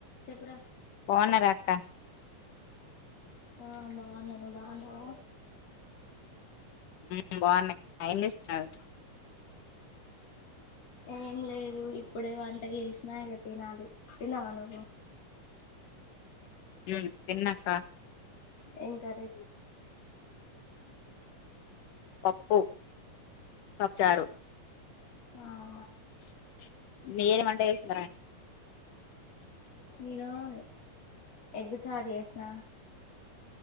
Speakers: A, on the left; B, on the left.
A: చెప్పురా
B: పోన రా ఆ
A: ఆ బాగున్నాను నువ్వు బాగున్నావా?
B: హు బాగున్నా ఎం చేస్తున్నారు?
A: ఏం లేదు ఇప్పుడే వంట చేసినా. ఇక తినాలి తిన్నవా నువ్వు.
B: ఉ తిన్నక్క
A: ఏం కర్రి
B: పప్పు పప్పుచారు
A: ఆ
B: <unintelligible> మీరు మదేశీ
A: నేనుయి ఎగ్గు చారు చేసిన